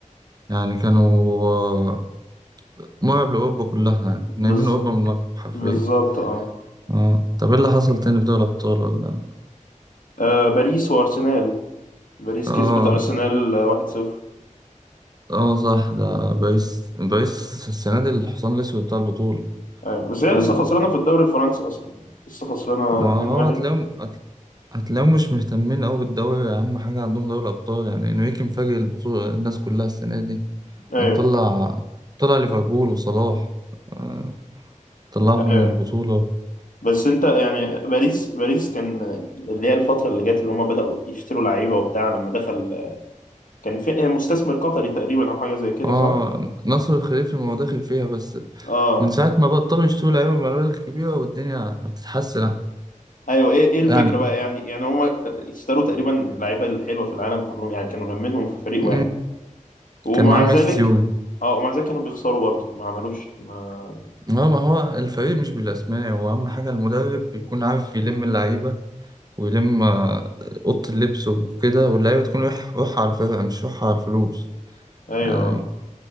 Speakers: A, on the right; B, on the left.
A: يعني كانوا آه، مرعب لأوروبا كلها يعني نايمين
B: بز...
A: أوروبا من المكتب حرفيا
B: بالظبط اه
A: اه طب ايه اللي حصل تاني في دوري الأبطال ولا
B: آه، باريس وارسنال باريس
A: اه
B: كسبت ارسنال آه، 1-0
A: اه صح ده باريس باريس السنة دي الحصان الأسود بتاع البطولة
B: ايوه بس هي
A: آه
B: لسه خسرانه في الدوري الفرنسي اصلا لسه خسرانه
A: ما
B: 2-1
A: هو هتلاقيهم هت- هتلاقيهم مش مهتمين أوي بالدوري أهم حاجة عندهم دوري الأبطال يعني إنريكي مفاجئ البطولة الناس كلها السنة دي
B: ايوه
A: ومطلع طلع ليفربول وصلاح آه طلعهم
B: ايوه
A: من البطولة
B: بس انت يعني باريس باريس كان اللي هي الفتره اللي جت اللي هم بداوا يشتروا لعيبه وبتاع لما دخل كان في إيه، مستثمر قطري تقريبا او حاجه زي كده
A: اه
B: صح؟
A: نصر الخليفي ما هو داخل فيها بس
B: اه
A: من ساعة ما بطلوا يشتروا لعيبة مبالغ كبيرة والدنيا بتتحسن أحسن
B: ايوه ايه ايه الفكره
A: يعني
B: بقى يعني يعني هم اشتروا تقريبا اللعيبه الحلوه في العالم كلهم يعني كانوا لمنهم في فريق
A: مم،
B: واحد ومع
A: كان معاه ميسي
B: ذلك اه ومع ذلك كانوا بيخسروا برضه ما عملوش ما
A: اه ما هو الفريق مش بالأسماء هو أهم حاجة المدرب يكون عارف يلم اللعيبة ويلم آه، أوضة اللبس وكده واللعيبة تكون روح روحها على الفرقة مش روحها على الفلوس
B: ايوه
A: يعني